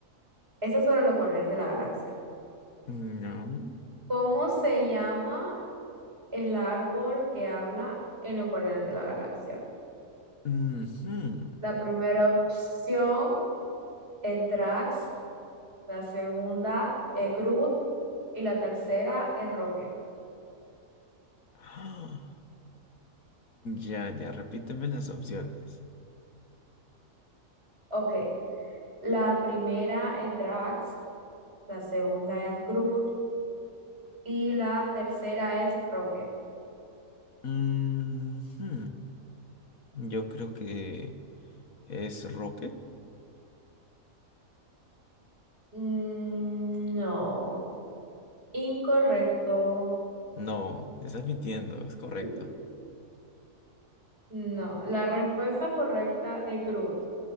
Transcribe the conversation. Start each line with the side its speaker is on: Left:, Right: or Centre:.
Right: esta es sobre los Guardianes de la Galaxia.
Left: Mm, No.
Right: ¿Cómo se llama el árbol que habla en los Guardianes de la Galaxia?
Left: Ujú.
Right: La primera opción es Drax, la segunda es Groot y la tercera es Rocket.
Left: Ah, Ya, ya, repíteme las opciones.
Right: Ok, la primera es Drax, la segunda es Groot y la tercera es Rocket.
Left: Ujú. Yo creo que es Rocket.
Right: Mm, no, incorrecto.
Left: No, me estás mintiendo, es correcto.
Right: L- No, la respuesta correcta es Groot.